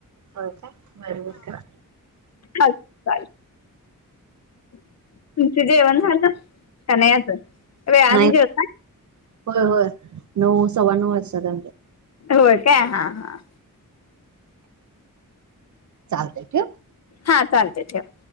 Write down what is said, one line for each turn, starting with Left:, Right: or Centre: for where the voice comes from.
Right: हो का बरब का
Left: स अ तुमच जेवण झालं का नाही याच वे आण
Right: नाही
Left: घे होता
Right: होय होय नऊ सव्वा नऊ वाजता जा
Left: होय काय हा हा
Right: चालतय ठे
Left: हा चालते ठेवा